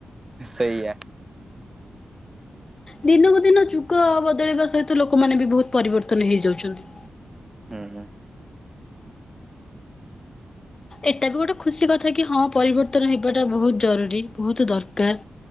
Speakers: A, on the right; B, on the left.
A: ସେଇଆ।
B: ଦିନକୁ ଦିନ ଯୁଗ ବଦଳିବା ସହିତ ଲୋକମାନେ ବି ବହୁତ ପରିବର୍ତ୍ତନ ହେଇଯାଉଛନ୍ତି।
A: ହୁଁ ହୁଁ।
B: ଏଟା ବି ଗୋଟେ ଖୁସି କଥା କି ହଁ ପରିବର୍ତ୍ତନ ହେବାଟା ବହୁତ ଜରୁରୀ ବହୁତ ଦରକାର।